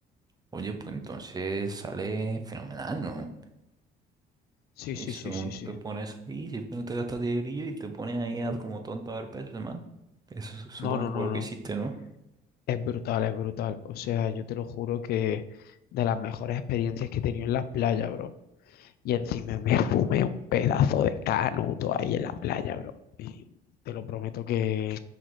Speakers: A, on the right; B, on the left.
A: Oye, pues entonces sale fenomenal, ¿no?
B: Sí,
A: Eso,
B: sí, sí, sí,
A: tú
B: sí.
A: te pones ahí, si no te gastas 10 brillos y te pones ahí a- como tonto a ver peces, man. Eso su- supongo
B: No, no,
A: que fue
B: no,
A: lo
B: no.
A: que hiciste, ¿no?
B: Es brutal, es brutal. O sea, yo te lo juro que de las mejores experiencias que he tenido en la playa, bro. Y encima me <laughs> fumé un pedazo de canuto ahí en la playa, bro. Y te lo prometo que